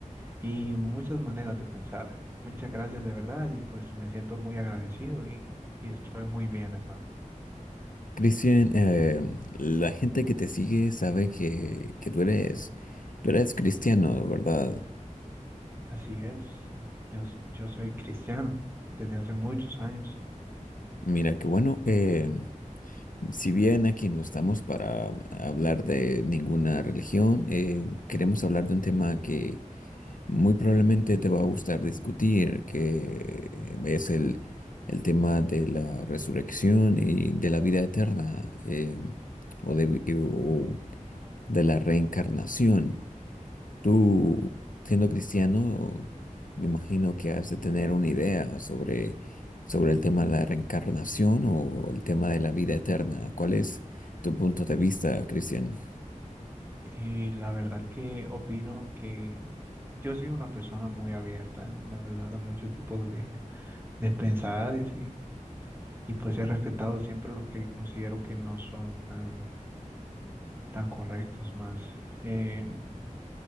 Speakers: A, on the right; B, on the left.
A: y muchas maneras de pensar. Muchas gracias de verdad y pues me siento muy agradecido y, y estoy muy bien hermano.
B: Cristian, eh, la gente que te sigue sabe que, que tú eres, tú eres cristiano, ¿verdad?
A: Así es, yo, s- yo soy cristiano desde hace muchos años
B: Mira, qué bueno. eh, Si bien aquí no estamos para hablar de ninguna religión, eh, queremos hablar de un tema que muy probablemente te va a gustar discutir, que es el, el tema de la resurrección y de la vida eterna, eh, o de, o de la reencarnación. Tú, siendo cristiano, me imagino que has de tener una idea sobre, sobre el tema de la reencarnación o el tema de la vida eterna. ¿Cuál es tu punto de vista, Cristian?
A: y la verdad que opino que yo soy una persona muy abierta, la verdad, a muchos tipos de, de pensares Y pues he respetado siempre los que considero que no son tan, tan correctos más. Eh,